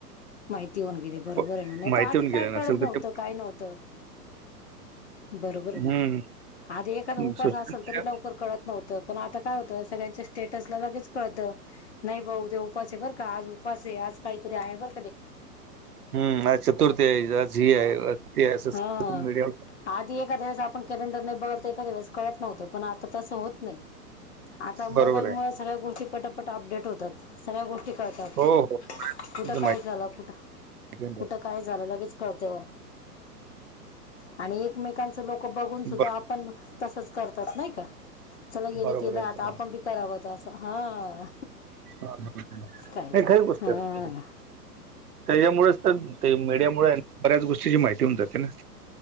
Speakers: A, on the left; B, on the right.
A: माहिती होऊन गेली बरोबर
B: प-
A: आहे, ना नाही
B: माहिती
A: तर आधी
B: होऊन गेलं
A: काय कळत
B: नसेल तर
A: नव्हतं
B: ते
A: काय नव्हतं. बरोबर
B: हम्म
A: ना आधी एखादा उपास
B: सोशल
A: असल तरी लवकर कळत नव्हतं पण आता काय होतं सगळ्यांच्या स्टेटसला लगेच कळत. नाही भाऊ उद्या उपास बर का आज उपास आज काहीतरी आहे बर
B: हम्म आज चतुर्थी आहे आज हे आहे. ती आहे असं
A: हा.
B: मीडियम
A: आधी एखाद्या वेळेस आपण कॅलेंडर नाही बघत तर एखादया वेळेस कळत नव्हतं पण आता तसं होत नाही. <unintelligible> आता
B: बरोबर
A: मोबाईल
B: आहे
A: मुळ सगळ्या गोष्टी पटापट अपडेट होतात. सगळ्या गोष्टी कळतात
B: हो हो त्याचं
A: कुठं काय
B: माहिती
A: कुठ
B: आहे.
A: कुठ काय झालं? लगेच कळतं. आणि एकमेकांच लोक बघून सुद्धा
B: ब-
A: आपण तसंच करतात नाय का? चला येने
B: बरोबर
A: केलं
B: आहे
A: आता
B: बरोबर.
A: आपण बी करावंत असं, हा.
B: <unintelligible>
A: काय तर हा
B: त्याच्यामुळेच तर, मीडिया मुळ् बऱ्याच गोष्टीची माहिती होऊन जाते ना.